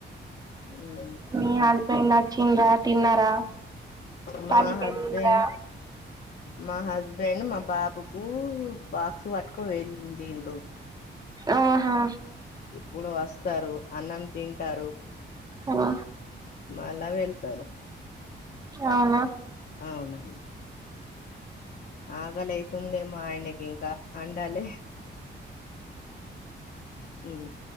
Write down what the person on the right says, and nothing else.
మీ హస్బెండ్ వచ్చిండా తిన్నారా
పనికి
వెళ్ళిండ్రా
ఆహా
ఆ
అవున